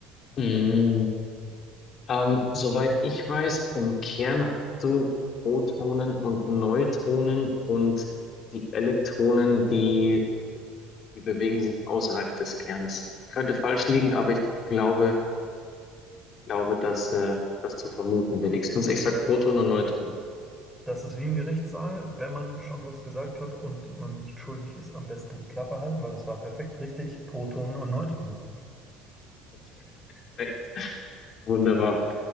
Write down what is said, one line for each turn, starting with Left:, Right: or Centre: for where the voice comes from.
Left: Mm. Ähm, soweit ich weiß, im Kern hast du Protonen und Neutronen und die Elektronen, die, die bewegen sich außerhalb des Kerns. Ich könnte falsch liegen, aber ich glaube, glaube, dass äh, das zu vermuten wenigstens. Ich sag Proton und Neutron.
Centre: Das ist wie im Gerichtssaal, wenn man schon was gesagt hat und man nicht schuldig ist, am besten die Klappe halten, weil das war perfekt richtig. Protonen und Neutronen.
Left: Okay, perfekt. Wunderbar.